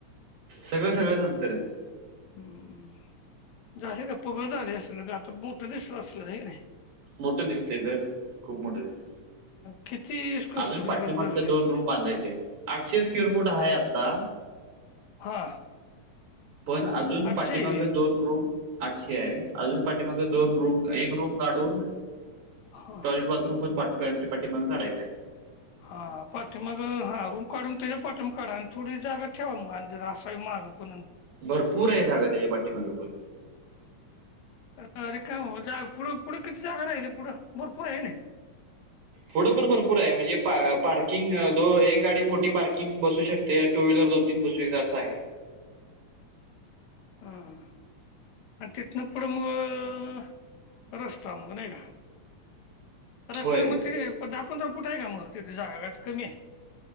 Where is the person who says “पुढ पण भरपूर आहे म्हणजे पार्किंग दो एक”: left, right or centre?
Right